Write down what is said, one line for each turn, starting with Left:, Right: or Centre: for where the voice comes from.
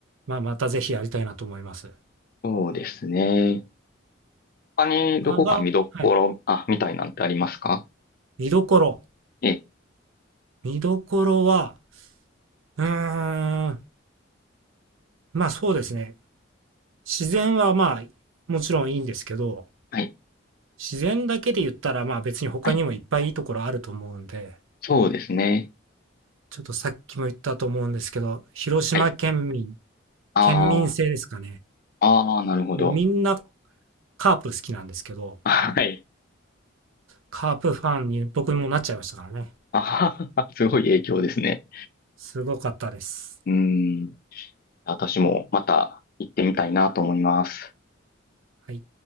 Right: まあ、またぜひやりたいなと思います。
Left: そうですね。他にどこか見どころ、
Right: 香川、はい。
Left: あ、みたいなんてありますか
Right: 見どころ。
Left: ええ、
Right: 見どころは、うーん、まあそうですね。自然はまあ、もちろんいいんですけど、
Left: はい、
Right: 自然だけで言ったら、まあ別に他にもいっぱいいいところあると思うんで、
Left: はい、そうですね。
Right: ちょっとさっきも言ったと思うんですけど、広島県民、
Left: はい。あ
Right: 県民性ですかね。
Left: あ、ああ、なるほど。
Right: もうみんなカープ好きなんですけど、
Left: <laughs> あはい。
Right: カープファンに僕もなっちゃいましたからね。
Left: ああ、<laughs> すごい影響ですね。
Right: すごかったです。
Left: うーん、私もまた行ってみたいなと思います。
Right: はい。